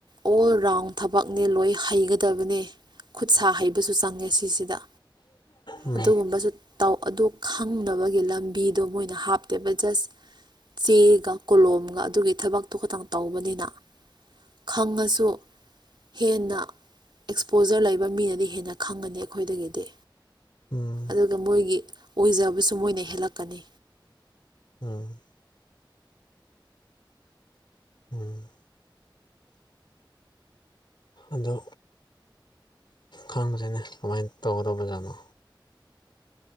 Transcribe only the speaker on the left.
ꯎꯝ
ꯎꯝ
ꯎꯝ ꯎꯝ ꯑꯗꯣ ꯈꯪꯗ꯭ꯔꯦꯅꯦ ꯀꯃꯥꯏꯅ ꯇꯧꯒꯗꯧꯕꯖꯥꯠꯅꯣ